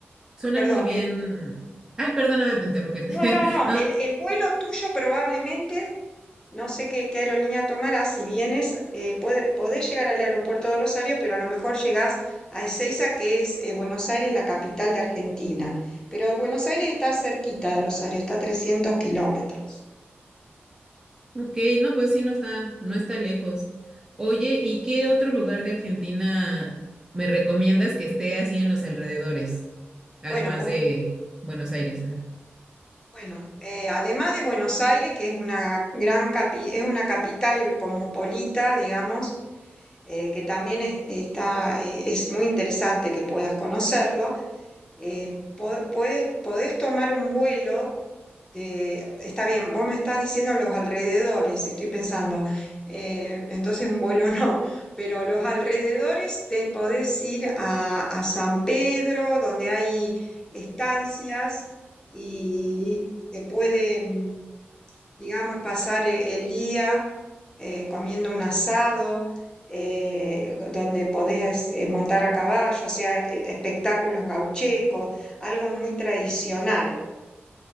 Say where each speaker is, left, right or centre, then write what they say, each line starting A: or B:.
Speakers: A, on the right; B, on the left.
A: suena
B: perdón,
A: muy bien.
B: el-
A: Ay, perdóname por interrumpirte.
B: no, no,
A: <laughs>
B: no,
A: No,
B: el, el vuelo tuyo probablemente, no sé qué, qué aerolínea tomarás, si vienes, eh, puede- podés llegar al aeropuerto de Rosario, pero a lo mejor llegás a Ezeiza, que es eh, Buenos Aires, la capital de Argentina. Pero Buenos Aires está cerquita de Rosario, está a 300 kilómetros.
A: ok, no, pues sí, no está, no está lejos. Oye, ¿y qué otro lugar de Argentina me recomiendas que esté así en los alrededores, además
B: Bueno, bu-
A: de Buenos Aires? ah?
B: Bueno, eh, además de Buenos Aires, que es una gran capi- es una capital cosmopolita, digamos, eh, que también es, está, eh, es muy interesante que puedas conocerlo, eh, po- puedes, podés tomar un vuelo de- está bien, vos me estás diciendo los alrededores, estoy pensando, eh, entonces un vuelo <laughs> no, pero los alrededores te podés ir a, a San Pedro, donde hay estancias y se puede, mm, digamos, pasar e- el día eh, comiendo un asado, eh, donde podés eh, montar a caballo, o sea, eh, espectáculos gauchescos, algo muy tradicional.